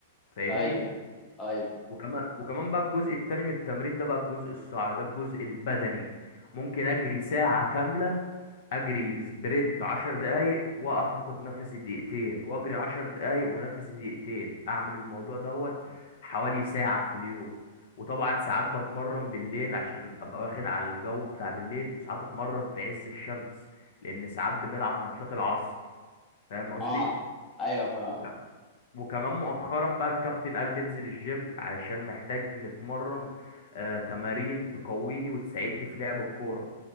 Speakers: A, on the left; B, on the left.
A: فاهمني
B: ايوه ايوه
A: وكمان وكمان بقى الجزء التاني من التمرين ده بقى الجزء الصعب ده الجزء البدني ممكن اجري ساعه كامله اجري سبرنت عشر دقايق واقف اخد نفسي دقيقتين واجري عشر دقايق ونفسي دقيقتين اعمل الموضوع دوت حوالي ساعة في اليوم وطبعا ساعات بتمرن بالليل عشان ابقى واخد على الجو بتاع بالليل وساعات اتمرن في عز الشمس لان ساعات بنلعب ماتشات العصر فاهم قصدي
B: اه ايوه فاهمك
A: وك... وكمان مؤخرا بقى الكابتن قال لي انزل الجيم علشان محتاج نتمرن آه تمارين تقويني وتساعدني في لعب الكورة